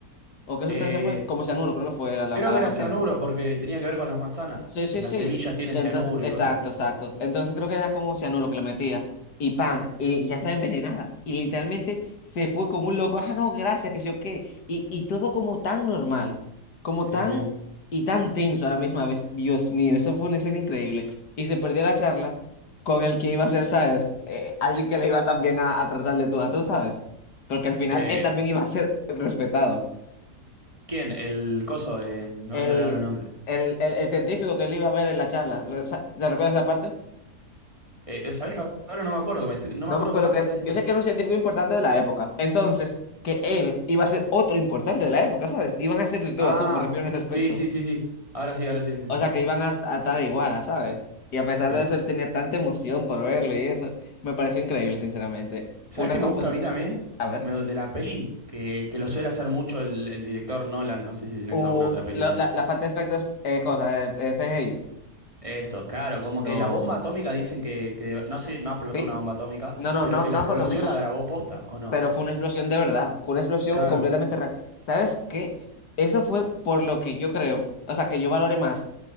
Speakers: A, on the left; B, on the right.
A: ¿O qué sustancia
B: Eh,
A: fue? Como cianuro, creo que fue a la,
B: creo
A: a
B: que
A: la
B: era
A: manzana.
B: cianuro porque tenía que ver con las manzanas,
A: Sí, sí,
B: que las
A: sí.
B: semillas tienen
A: Entonces,
B: cianuro
A: exacto,
B: y cosas así.
A: exacto. Entonces creo que era como un cianuro que le metía. Y pan, y ya está envenenada. Y literalmente se fue como un loco. Ah, no, gracias, que sé yo qué. Y, y todo como tan normal, como
B: Sí,
A: tan
B: sí.
A: y tan tenso a la misma vez. Dios mío, eso fue una escena increíble. Y se perdió la charla con el que iba a ser, ¿sabes? Eh, alguien que le iba también a, a tratar de tú a tú, ¿sabes? Porque al final
B: Eh,
A: él también iba a ser respetado.
B: ¿quién? El coso, eh, no
A: El,
B: me sale ahora el nombre.
A: el, el, el científico que él iba a ver en la charla, ¿te recuerdas esa parte?
B: Eh, eh, ¿sabés que ahora no me acuerdo? que me estoy- no me
A: No
B: acuerdo
A: me acuerdo
B: qué parte
A: que.
B: me está diciendo.
A: Yo sé que era un científico importante de la época. Entonces, que él iba a ser otro importante de la época, ¿sabes? Iban a ser de tú
B: Ah,
A: a tú, me refiero en ese aspecto.
B: sí, sí, sí, sí. Ahora sí, ahora sí entendí.
A: O sea, que iban a, a estar igual, a, ¿sabes? Y a pesar
B: Sí.
A: de eso, él tenía tanta emoción por verlo y eso. Me pareció increíble, sinceramente.
B: ¿Sabés
A: Una
B: qué
A: composición.
B: me gusta a mí también?
A: A ver.
B: Me- de la peli, que, que lo suele hacer mucho el, el director Nolan, no sé si tienes
A: Uh,
B: alguna otra peli
A: lo-
B: de él.
A: la, la falta de efectos, eh, cosa, eh, eh, CGI.
B: Eso, claro, como
A: Los.
B: que la bomba atómica dicen que, que no sé, no explotó
A: Sí.
B: una bomba atómica,
A: No, no,
B: pero
A: no,
B: que
A: no
B: la explosión
A: fue atómica.
B: la grabó posta, ¿o no?
A: Pero fue una explosión de verdad. Fue una explosión
B: Claro,
A: completamente real. ¿Sabes qué? Eso fue por lo que yo creo. O sea, que yo valore más